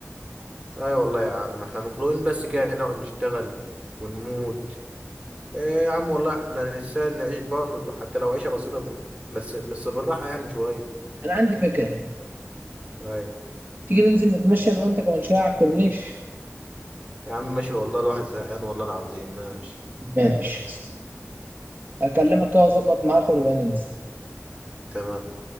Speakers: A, on the right; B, on the right.
A: ايوه والله يا عم احنا مخلوقين بس كده نقعد نشتغل ونموت ايه يا عم والله احنا نسان نعيش برضه حتى لو عيشه بسيطه بس بس بالراحه يعني شويه
B: انا عندي فكرة
A: ايوه
B: تيجي ننزل نتمشى انا وانت كمان شوية على الكورنيش
A: يا عم ماشي والله الواحد زهقان والله العظيم ماشي
B: ماشي اكلمك كده واظبط معاك ونبقى ننزل
A: تمام